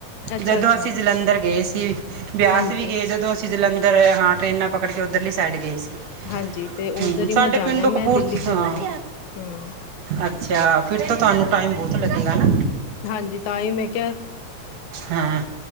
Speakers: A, on the left; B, on the right.
A: ਅੱਛਾ
B: ਜਦੋਂ
A: ਅੱਛਾ
B: ਅਸੀਂ ਜਲੰਧਰ ਗਏ ਸੀ ਬਿਆਸ
A: ਹਾਂਜੀ
B: ਵੀ ਗਏ ਜਦੋਂ ਅਸੀਂ ਅਸੀਂ ਜਲੰਧਰ ਹਾਂ ਟਰੇਨਾਂ ਪਕੜ ਕੇ ਉੱਧਰਲੀ ਸਾਈਡ ਗਏ ਸੀ।
A: ਹਾਂਜੀ ਤੇ ਉੱਧਰ
B: ਹੂੰ
A: ਹੀ ਮੈਂ
B: ਸਾਡੇ
A: ਜਾਣਾ
B: ਪਿੰਡੋਂ
A: ਮੈਂ
B: ਕਪੂਰਥੱਲਾ
A: ਦਿੱਲੀ ਚ ਰਹਿੰਦੀ ਹਮ
B: ਅੱਛਾ ਫਿਰ ਤੋਂ ਤੁਹਾਨੂੰ ਟਾਈਮ ਬਹੁਤ ਲੱਗੇਗਾ ਨਾ?
A: ਹਾਂਜੀ ਤਾਂ ਹੀ ਮੈਂ ਕਿਹਾ?
B: ਹੂੰ